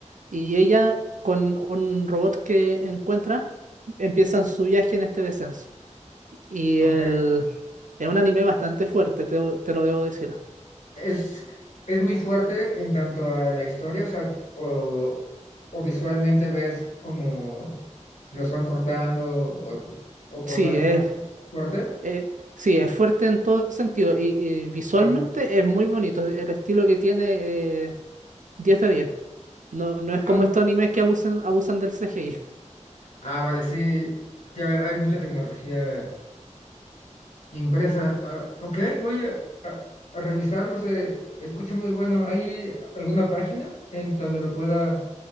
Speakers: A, on the right (about 85°); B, on the left (about 75°).
A: Y ella, con un robot que encuentra, empiezan su viaje en este descenso. Y
B: ok,
A: el... es un anime bastante fuerte, te, te lo debo decir.
B: es, es muy fuerte en tanto a la historia, o sea, o, o visualmente ves como los van cortando, o, o por
A: Sí,
B: las muertes,
A: es,
B: fuerte,
A: eh, sí, es fuerte en todo sentido y, y visualmente
B: Wao.
A: es muy bonito. El estilo que tiene eh, 10 de 10. No, no es como
B: ah, guau.
A: estos animes que abusan, abusan del CGI.
B: Ah, vale, sí, ya hay mucha tecnología Impresa. ah, ok, voy a, a- a revisarlo. Se escucha muy bueno. ¿Hay alguna página en donde lo pueda